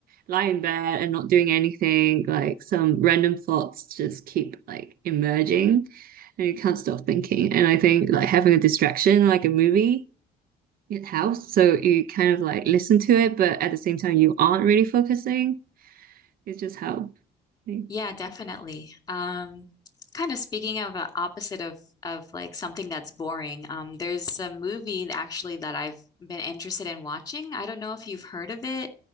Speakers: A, on the right; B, on the left.
A: lie in bed and not doing anything, like some random thoughts just keep like emerging and you can't stop thinking. And I think like having a distraction, like a movie, it helps. So you kind of like listen to it, but at the same time you aren't really focusing. It's just how. Like,
B: Yeah, definitely. Um, kind of speaking of a opposite of of like something that's boring, um, there's a movie actually that I've been interested in watching. I don't know if you've heard of it.